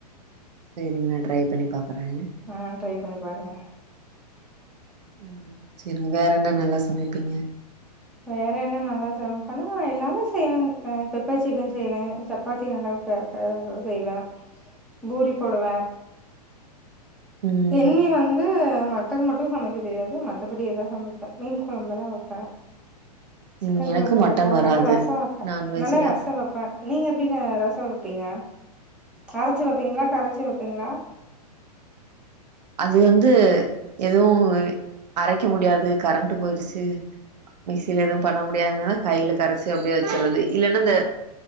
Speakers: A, on the right (about 80°); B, in the centre.
A: செரிங்க நா ட்ரை பண்ணி பாக்குறே
B: ஆ ட்ரை பண்ணி பாருங்க
A: உம் சரிங்க வேற என்ன நல்லா சமப்பிங்க
B: வேற என்ன நல்லா சம்ப்பனா எல்லாமே செய்வேர் அ பெப்பர் ஜிக்கன் செய்வ சப்பாத்தி நல்லா வப்ப ஒ செய்வ பூரி போடுவ
A: ம்
B: என் வி வந்து மட் மட்டன் மட்டும் சமைக்க தெரியாது மத்தபடி எல்லா சமப்ப மீன் கொழம்பெல்லா வப்ப ஜிக்கன்
A: ம் எனக்கு
B: கொழம்பு
A: மட்டன்
B: வப்போ
A: வராது
B: நல்லா ரச வப்போ
A: நான்வெஜ்ல
B: நல்லா ரஸ்சோ வப் ப நீங்க எப்டிங்க ரசோ வப்பீங்க அரச்சி வப்பீங்களா கரச்சி வப்பீங்ளா
A: அது வந்து எதுவு அரைக்க முடியாது கரண்ட் போயிடுச்சு மிக்சியில எதுவு பண்ண முடியாதுனா கைல கரச்சு அப்டியே வச்சுரது இல்லன்னா இந்த